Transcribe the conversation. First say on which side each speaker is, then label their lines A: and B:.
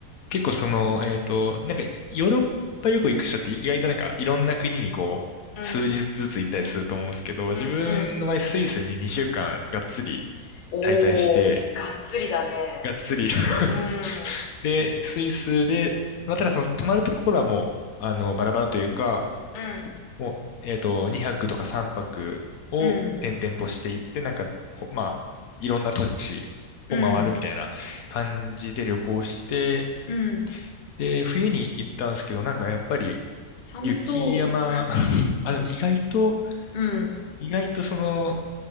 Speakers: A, on the left; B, on the left.
A: 結構その、えっと、なんか、ヨーロッパ旅行行く人って意外となんか、いろんな国にこう、
B: ー。うん、
A: 数日ずつ行ったりすると思うんですけど、
B: うん、
A: 自分の場合、
B: うん。
A: スイスに2週間がっつり
B: おー、
A: 滞在して、
B: がっつりだね。
A: がっつり <laughs>
B: うん、
A: で、スイスで、まあ、ただその泊まるところはもう、あの、バラバラというか、
B: うん。
A: もう、えっと、2泊とか3泊を転々としていって、
B: うん、
A: なんか、ほまあ、いろんな都市を回るみたいな感じで旅行して、
B: うん、うん。
A: で、冬に行ったんですけど、なんかやっぱり
B: 寒そ
A: 雪山、<laughs> あ、でも意外と、
B: う。うん、
A: 意外とその、